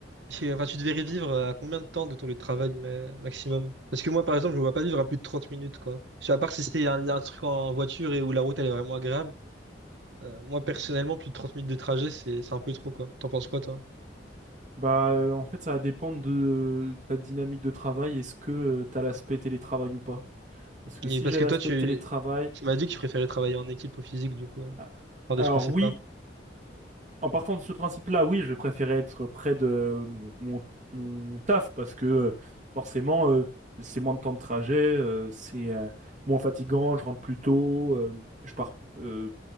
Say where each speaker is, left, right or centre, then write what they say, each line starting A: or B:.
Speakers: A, on the right (about 70°); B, on the right (about 40°).
A: si- enfin tu devais revivre à combien de temps de ton lieu de travail ma- maximum? Parce que moi par exemple, je ne vois pas vivre à plus de 30 minutes quoi. Je sais, À part si c'est un, un truc en voiture et où la route elle est vraiment agréable. Euh, moi, personnellement, plus de 30 minutes de trajet, c'est c'est un peu trop, quoi. T'en penses quoi, toi?
B: Bah, euh, en fait, ça va dépendre de ta dynamique de travail. Est-ce que tu as l'aspect télétravail ou pas? Parce que
A: Et
B: si
A: parce
B: j'ai
A: que
B: l'aspect
A: toi, tu,
B: télétravail.
A: tu m'as dit que tu préférais travailler en équipe au physique, du coup, euh,
B: ah,
A: par des
B: Alors,
A: principes
B: oui,
A: là
B: en partant de ce principe-là, oui, je vais préférer être près de mon, mon- mon taf parce que euh, forcément, euh, c'est moins de temps de trajet, euh, c'est euh, moins fatigant, je rentre plus tôt, euh, je pars. euh,